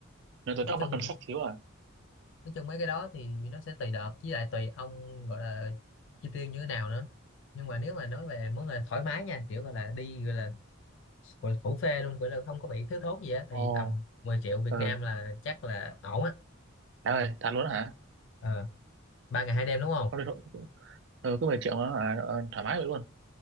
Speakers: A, on the right; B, on the left.
A: nên tôi
B: nói
A: rất mắc
B: chung
A: ngân sách thiếu à
B: nói chung mấy cái đó thì nó sẽ tùy đợt với lại tùy ông gọi là chi tiêu như thế nào nữa nhưng mà nếu mà nói về món là thoải mái nha kiểu gọi là đi gọi là gọi là phủ phê luôn gọi là không có bị thiếu thốn gì á
A: ồ
B: thì tầm 10 triệu Việt
A: ừ
B: Nam là chắc là ổn á
A: trời ơi thật luôn đó hả
B: ờ, ba ngày hai đêm đúng không
A: không được ừ, cứ 10 triệu đó hả? Ờ, thoải mái vậy